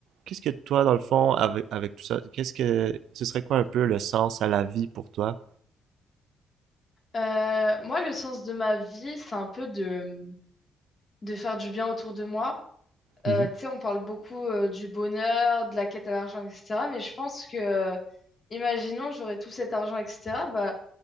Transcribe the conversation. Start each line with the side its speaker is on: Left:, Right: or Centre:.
Right: qu'est-ce que toi, dans le fond, avec, avec tout ça, qu'est-ce que ce serait quoi un peu le sens à la vie pour toi?
Left: Euh, moi, le sens de ma vie, c'est un peu de, de faire du bien autour de moi.
Right: Mhm,
Left: Euh, tu sais, on parle beaucoup euh, du bonheur, de la quête à l'argent, etc. Mais je pense que, euh, imaginons, j'aurais tout cet argent, etc. Bah,